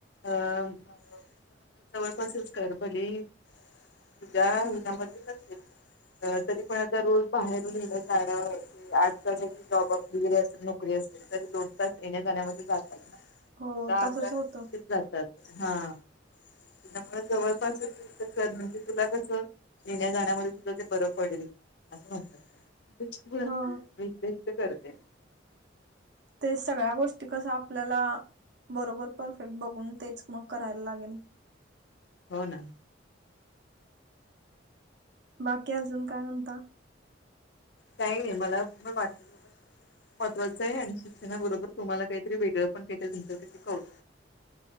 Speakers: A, on the left; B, on the right.
A: अं मं जवळंपासचं करं भले ही तुझ्यां हुन्यांमध्ये नसेलं तरी पणं आतां दररोज भाड्याने घेऊन जाडयावरं आहे आंजकांल जरं जॉबप डिग्री असेलं नोकरी असेलं तरी दोन तासं येण्यां जाण्यांमध्यें जातातं नां.
B: हो
A: दहा
B: तसच
A: अकरा हे
B: होतं
A: तसेचं जातातं हां त्यां मुळें जवळंपासचं करं म्हंजे तुलां कसं येण्यां जाण्यांमध्यें सुद्धां ते बरं पडलं. असं म्हणतांत अच्छा मी
B: हो
A: हितल्यां हितं करतें.
B: ते सगळ्यां गोष्टीं कसं आपल्यांला बरोबर परफेक्टं बघूंन तेचं मंग करायलां लागेल.
A: हो नां.
B: बांकी अजूंन कायं म्हणतां.
A: कांहीं नाहीं मलां पणं वाटतं महत्वाचं आहे आणि शिक्षणांबरोबर तुम्हांला कांहीतरी वेगळं पणं भेटलं तुमचं कांहीतरी